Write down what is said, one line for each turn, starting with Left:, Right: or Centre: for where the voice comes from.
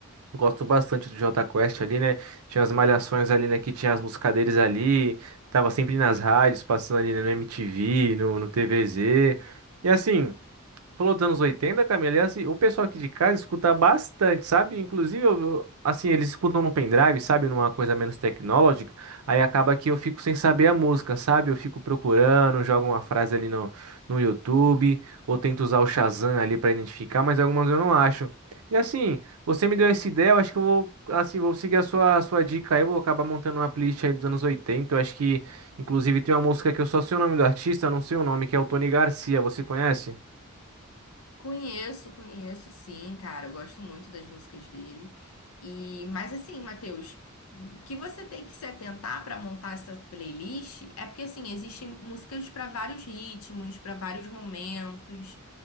Right: Eu gosto bastante do Jota Quest ali, né? Tinha as malhações ali, né? Que tinha as músicas deles ali, tava sempre nas rádios, passando ali, né, no MTV, no, no TVZ. E assim. Falou dos anos oitenta Camila, e assim, o pessoal aqui de casa escuta bastante, sabe? Inclusive, eu- eu- assim, eles escutam no pendrive, sabe? Numa coisa menos tecnológica, aí acaba que eu fico sem saber a música, sabe? Eu fico procurando, jogo uma frase ali no, no YouTube, ou tento usar o Shazam ali pra identificar, mas algumas eu não acho. E assim, você me deu essa ideia, eu acho que eu vou, assim, vou seguir a sua, a sua dica aí, eu vou acabar montando uma playlist aí dos anos oitenta eu acho que, inclusive, tem uma música que eu só sei o nome do artista, eu não sei o nome, que é o Tony Garcia, você conhece?
Left: Conheço, conheço sim, cara. Eu gosto muito das músicas dele. E, mas assim, Matheus, o que você tem que se atentar para montar essa playlist é porque assim, existem músicas para vários ritmos, para vários momentos.